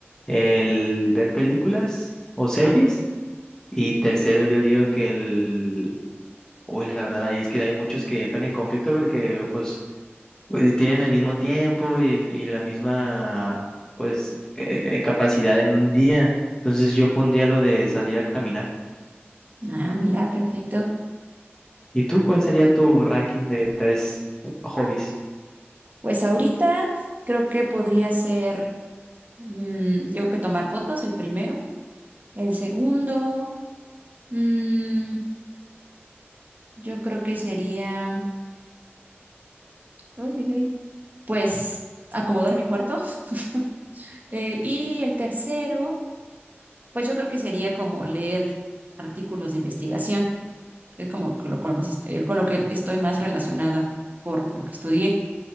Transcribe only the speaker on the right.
Ah, mira, perfecto.
Pues ahorita creo que podría ser, mm, yo creo que tomar fotos, el primero. El segundo, mm, yo creo que sería, uy, uy, uy, pues acomodar mi cuarto. <laughs> Eh, y el tercero, pues yo creo que sería como leer artículos de investigación. es como con lo, con lo más, est- eh, con lo que estoy más relacionada por lo que estudié.